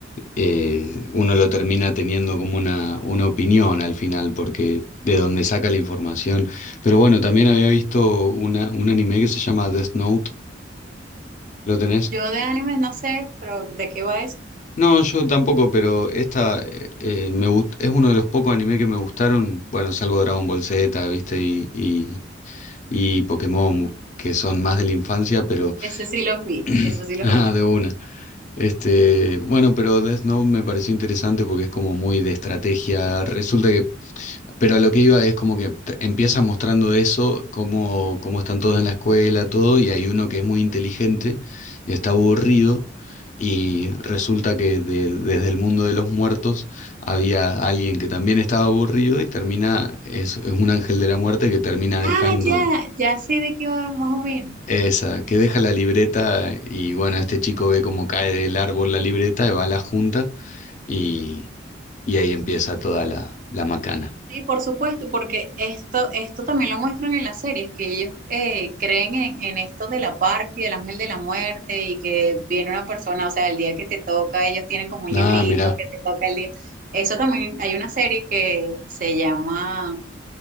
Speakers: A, on the left; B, on the right.
A: eh, uno lo termina teniendo como una, una opinión al final, porque de donde saca la información. Pero bueno, también había visto una, un anime que se llama Death Note, ¿lo tenés?
B: Yo de animes no sé, pero ¿de qué va eso?
A: No, yo tampoco, pero esta eh, eh, me gust- es uno de los pocos anime que me gustaron, bueno, salvo Dragon Ball Z, ¿viste? Y, y Pokémon, que son más de la infancia, pero
B: Ese sí lo vi,
A: <clears throat>
B: eso sí lo
A: ah,
B: vi.
A: de una. Este, bueno, pero Death Note me pareció interesante porque es como muy de estrategia. Resulta que, pero a lo que iba es como que te- empieza mostrando eso, cómo, cómo están todos en la escuela, todo, y hay uno que es muy inteligente y está aburrido. Y resulta que de- desde el mundo de los muertos había alguien que también estaba aburrido y termina, es, es un ángel de la muerte que termina dejando
B: Ah, ya, ya sé de qué va más o menos.
A: Esa, que deja la libreta y bueno, este chico ve cómo cae del árbol la libreta y va a la junta y, y ahí empieza toda la, la macana.
B: Sí, por supuesto, porque esto, esto también lo muestran en las series, que ellos eh, creen en, en esto de la parca y del ángel de la muerte y que viene una persona, o sea, el día que te toca, ellos tienen como un librito
A: Ah, mira.
B: que te toca el día. Eso también, hay una serie que se llama